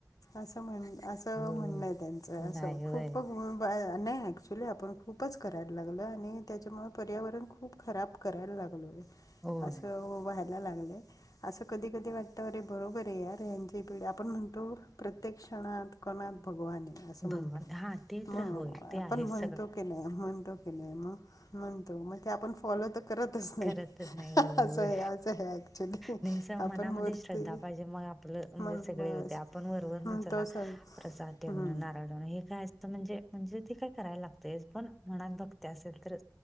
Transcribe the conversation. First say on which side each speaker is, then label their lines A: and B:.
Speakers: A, on the left; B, in the centre.
A: असं म्हण असं
B: हो
A: म्हणणं ये त्यांचं
B: नाही
A: असं
B: होय
A: खूप बा नाही ॲक्च्युली आपण खूपच करायला लागलं आणि त्याच्यामुळे पर्यावरण खूप खराब करायला लागलोय
B: होय
A: अस व्हायल लागलय अस कधी कधी वाटत अरे बरोबर आहे यारे यांची पिढी आपण म्हणतो प्रत्येकक्ष्षणात कणाात भगवान ये असं
B: भगवान
A: म्हणतो
B: हा ते तर
A: मग
B: होय ते
A: आपण
B: आहे
A: म्हणतो
B: सगळं
A: की नाही म्हणतो की नहीं मग म्हणतो मग ते आपण फॉलो करतच नाही
B: करतच होय
A: अस
B: होय
A: ये असये ऍक्च्युली
B: नाही स
A: आपण
B: मनामध्ये
A: मूर्ती
B: श्रद्धा पाहिजे मग म्हणजे
A: मग
B: सगळे
A: बस
B: होते आपण वरवररन
A: हं
B: चला
A: तस हम्म
B: प्रसाद ठेवण नारळ ठेवण हे काय तर म्हणजे म्हणजे ते काय करायला लागतय पण मनात भक्ति असेल तर